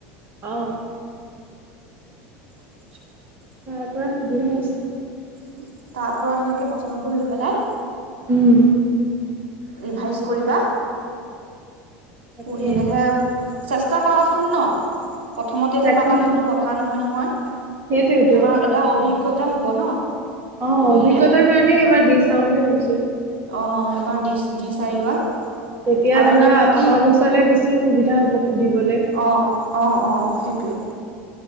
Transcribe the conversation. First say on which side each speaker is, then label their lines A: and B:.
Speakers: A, on the right (about 35°); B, on the right (about 80°).
A: অ।
B: <inaudible>
A: তাৰ পৰা সুবিধা হৈছে।
B: তাৰ পৰা ধুনীয়াকে প্ৰশ্ন বোৰ লৈ পেলাই
A: উম।
B: ৰিভাইজ কৰিবা।
A: তাকে
B: পঢ়িলেহে, চেষ্টা কৰাচোন ন প্ৰথমতে
A: তাকে
B: যে পাবা সেইটো কথ থা নহয় নহয়।
A: সেইটোৱেইটো।
B: তোমাৰ এটা অভিজ্ঞতা হ'ব ন।
A: অ
B: পঢ়িলে
A: অভিজ্ঞতাৰ কাৰণে এইবাৰ দি চাওঁ বুলি ভাবিছোঁ।
B: অ এবাৰ দিচ দি চাই লোৱা।
A: তেতিয়া
B: আৰু
A: ধৰা
B: এনে বাকী
A: অহা বছৰলে বেছি সুবিধা হ'ব সুধিবলে।
B: অ অ অ সেইটোৱে।